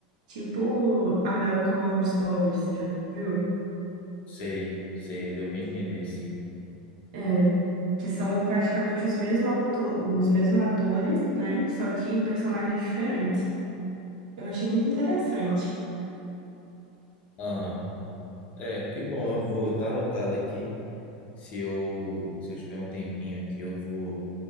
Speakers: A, on the right; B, on the left.
A: Tipo American Horror Story, você já viu?
B: Sei, sei, deu pra entender, sim.
A: É, que são praticamente os mesmos auto- os mesmos atores, né? Só que em personagens diferentes. Eu achei muito interessante.
B: Aham. É, que bom, eu vou estar anotado aqui. Se eu, se eu tiver um tempinho aqui, eu vou